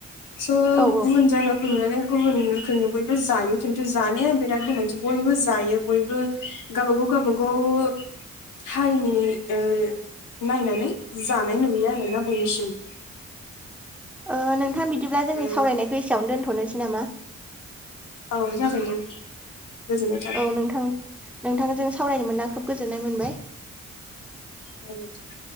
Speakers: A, on the left; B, in the centre.
A: स'
B: औ
A: गुबुन जायगा नुनानै गुबुन रोखोमनि बयबो जायो खिन्थु जानाया बिराद गोनांथि बयबो जायो बयबो गावबागाव गावबागाव हारिनि ओ नायनानै जानाय नुयो आरोना बयनिसिमबो
B: ओ नोंथां बिदिब्ला जोंनि
A: ओ
B: सावरायनायखौ एसेयावनो दोनथ नोसै नामा?
A: औ जागोन दे गोजोननाय थाबाय
B: औ नोंथां नोंथांजों सावरायनो मोनना खोब गोजोननाय मोनबाय
A: ओं दे